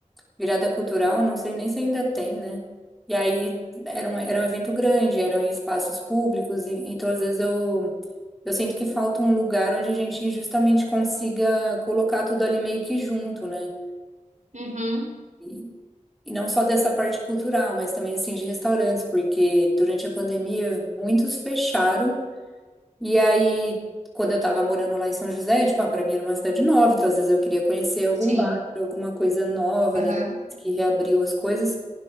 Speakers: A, in the centre; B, on the right.
A: virada cultural, não sei nem se ainda tem, né? E aí era um, era um evento grande, eram em espaços públicos, e, então às vezes eu, eu sinto que falta um lugar onde a gente justamente consiga colocar tudo ali meio que junto, né?
B: uhum.
A: E, e não só dessa parte cultural, mas também assim de restaurantes, porque durante a pandemia muitos fecharam. E aí, quando eu tava morando lá em São José, tipo, ah, para mim era uma cidade nova, então às vezes eu queria conhecer algum
B: Sim,
A: bar, alguma coisa nova,
B: aham.
A: né, que reabriu as coisas.